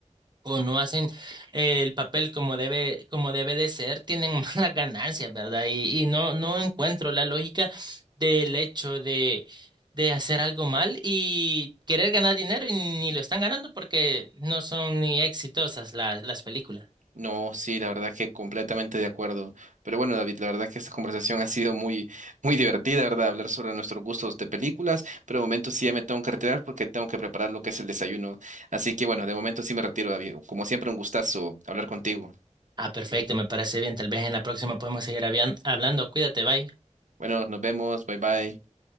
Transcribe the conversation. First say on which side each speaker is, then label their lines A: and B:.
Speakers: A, on the right; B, on the right.
A: o no hacen eh, el papel como debe, como debe de ser, tienen <laughs> malas ganancias, ¿verdad? Y, y no, no encuentro la lógica del hecho de, de hacer algo mal y querer ganar dinero y ni lo están ganando porque no son ni exitosas las, las películas.
B: No, sí, la verdad que completamente de acuerdo. Pero bueno, David, la verdad que esta conversación ha sido muy, muy divertida, ¿verdad? Hablar sobre nuestros gustos de películas, pero de momento sí ya me tengo que retirar porque tengo que preparar lo que es el desayuno. Así que bueno, de momento sí me retiro, David. Como siempre, un gustazo hablar contigo.
A: Ah, perfecto, me parece bien. Tal vez en la próxima podemos seguir habian- hablando. Cuídate, bye.
B: Bueno, nos vemos, bye bye.